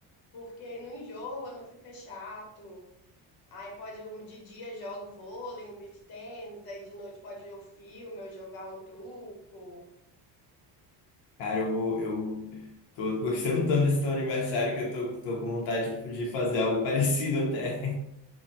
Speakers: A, on the left (about 50°); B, on the left (about 85°).
A: Porque aí não enjoa, não fica chato. Aí pode, eu- de dia jogo vôlei, um beach tênis, aí de noite pode ver um filme ou jogar um truco.
B: Cara, eu, vou- eu tô gostando tanto desse teu aniversário que eu tô, tô com vontade de de fazer algo <laughs> parecido até.